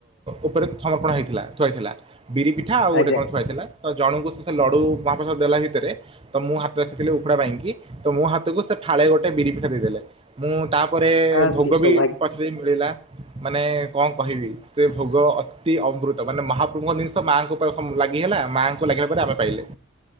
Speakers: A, on the right; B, on the left.
A: ଉପରେ ଥମର୍ପଣ ହେଇଥିଲା ଥୁଆହେଇଥିଲା ବିରିି ପି ଠା ଆଉ ଗୋଟେ
B: ଆଜ୍ଞା
A: କଣ ଥୁଆହେଇଥିଲା ତ ଜଣଙ୍କୁ ସେ ସେ ଲଡୁ ମହାପ୍ରସଦ ଦେଲା ଭିତରେ ତ ମୁଁ ହାତ ଦେଖେଇଥିଲି ଥିଲି ଉଖୁଡା ପାଇଁକି ତ ମୋ ହାତକୁ ସେ ଫାଳେ ଗୋଟେ ବିରି ପିଠା ଦେଇଦେଲେ। ମୁଁ ତାପରେ
B: ଆଉ
A: ଭୋଗ
B: କି ସୌଭାଗ୍ୟ
A: ବି ପଛରେ ବି ମିଳିଲା। ମାନେ କଣ କହିବି ସେ ଭୋଗ ଅତି ଅମୃତ ମାନେ ମହାପ୍ରଭୁଙ୍କ ଜିନିଷ ମାଙ୍କୁ <unintelligible> ଲାଗି ହେଲା ମାଆଙ୍କୁ ଲାଗିହେଲା ପରେ ଆମେ ପାଇଲେ।